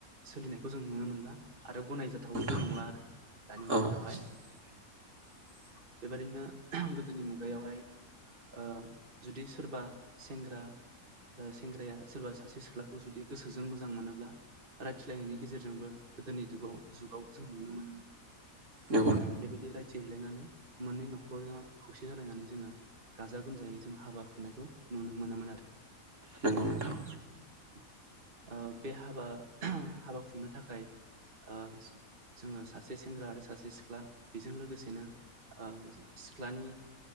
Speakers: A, on the right; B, on the right.
A: सोलिनायखौ जों नुनो मोनला आरो गनाय जा <unintelligible>
B: नोंथां
A: नंला आरो दानि मुगायावहाय।
B: औ <inaudible>
A: बेबायादिनो गोदोनि मुगायावहाय ओ जुदि सोरबा सेंग्रा। सेंग्राया सोरबा सासे सिख्लाखौ जुदि गोसोजों मोजां मोनोब्ला। रायथिलायनायनि गेजेरजोंबो गोदोनि दुगाव जुगाव जों नुनो मोनोमोन
B: नंगौ नोंथां औ नंगौ नोंथां
A: बेबायदि राय थि हैेलायनानै मोननै नखरा खौसे जालायनानै जोङो गाजा गोमजायै जों हाबा खुंनायखौ नुनो मोनोमोन आरो।
B: नोंगौ नोंथां
A: ओ-बे हाबा हाबा खुंनो थाखाय। ओ-जोङो सासे सेंग्रा आरो सासे सिख्ला बेजों लोगोसेनो ओ सिख्ला नि